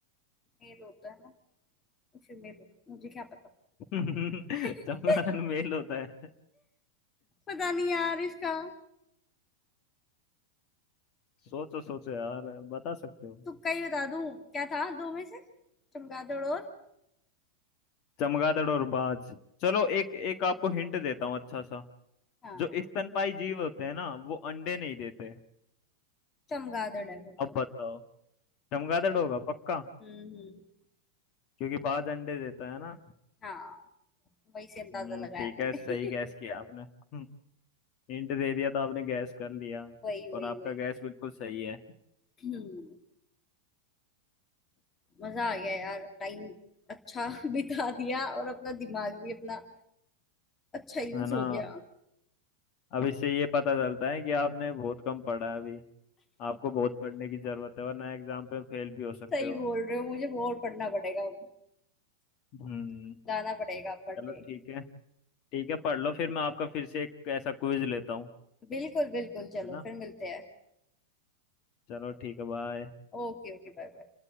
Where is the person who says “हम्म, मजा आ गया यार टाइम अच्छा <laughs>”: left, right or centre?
Left